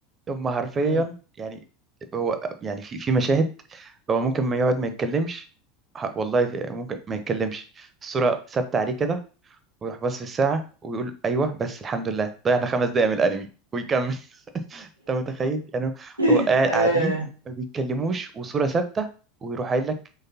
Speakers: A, on the right; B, on the right.
A: هم حرفيا
B: مم.
A: يعني هو يعني في في مشاهد هو ممكن ما يقعد ما يتكلمش ح- والله في- ممكن ما يتكلمش الصورة ثابتة عليه كده ويروح باص في الساعة ويقول أيوه بس الحمد لله ضيعنا خمس دقايق من الأنمي ويكمل <laughs> أنت متخيل يعني
B: <laughs>
A: هو قاعد-
B: آه.
A: قاعدين ما بيتكلموش وصورة ثابتة ويروح قايل لك